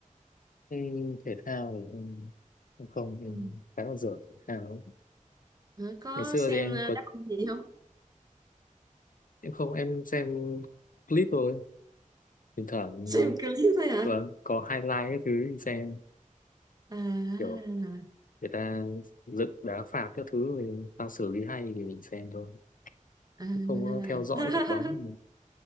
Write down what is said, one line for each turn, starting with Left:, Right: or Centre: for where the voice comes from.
Left: ừ, thể thao thì em- em không em
Right: Ừ.
Left: khá là dở thể thao.
Right: Ờ, có
Left: Ngày xưa
Right: xem
Left: thì em
Right: ờ,
Left: có
Right: đáp ứng gì không <laughs>
Left: em không em xem clip thôi. Thỉnh thoảng
Right: xem
Left: ờ,
Right: clip thôi hả
Left: vâng, có highlight các thứ thì xem
Right: à,
Left: kiểu người ta dựng đá phạt các thứ người ta xử lý hay thì mình xem thôi
Right: à.
Left: chứ không có theo dõi
Right: <laughs>
Left: đội bóng